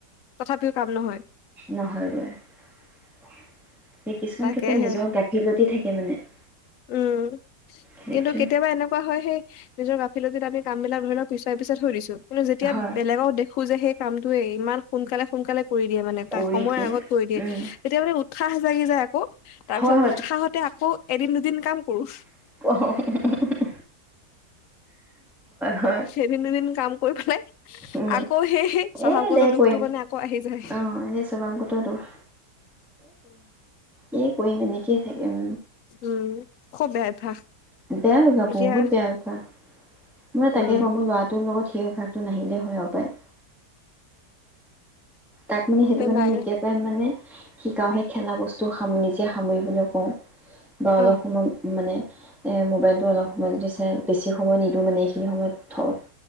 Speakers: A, on the left; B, in the centre.
A: তথাপিও কাম নহয়।
B: নহয় গৈ। ই কিছুমান
A: তাকেহে
B: ক্ষেত্ৰত নিজৰ গাফিলতি থাকে এে মানে <unintelligible>
A: উম'
B: সেইটোৱে
A: কিন্তু কেতিয়াবা এনেকুৱা হয়, সেই নিজৰ গাফিলটিত আমি কামবিলাক <inaudible> পিছুৱাই পিছুৱাই থৈ দিছো। কিন্তু' যেতিয়া
B: হয়
A: বেলেগক দেখো যে সেই কামটোৱেই ইমান সোনকালে সোনকালে কৰি দিয়ে মানে
B: কৰি
A: তাক সময়ৰ
B: দিয়ে
A: আগত কৰি দিয়ে,
B: উম
A: এতিয়া মানে উঠা সাহ জাগি যায় আকৌ' তাৰপিছত
B: হয় হয়
A: উৎসাহতে আকৌ এদিন ক <unintelligible> কাম কৰো
B: অহ, অ', উম' হয়
A: সেই এদিন দুদিন কাম কৰি পেলাই,
B: উম
A: আকৌ সেই স্বভাৱগত
B: এ দে
A: দুখটো
B: কৰিম
A: মানে আকৌ আহি যায়।
B: অ', সেই স্বভাৱগত দোষ এ কৰিম এনেকেই থাকিম।
A: উম খুব বেয়া অভ্যাস
B: বেয়া অভ্যাস
A: এতিয়া
B: বহুত বেয়া অভ্যাস, মই তাকে
A: উম
B: কম মোৰ ল'ৰাটোৰ লগত সেই অভ্যাস নাহিল দে হয় আৰু পায়। তাক মানে সেইটো
A: নে
B: কাৰণে
A: নাই
B: মই এতিয়া পৰাই মানে শিকাওঁ, সেই খেলা বস্তু নিজে সামৰিবলৈ কওঁ বা অলপ
A: অ
B: সময় মানে। এ মোবাইলতটো অলপ সময় যদি চায়, বেছি সময় নিদিওঁ মানে এই সেইখিনি সময়ত থওঁক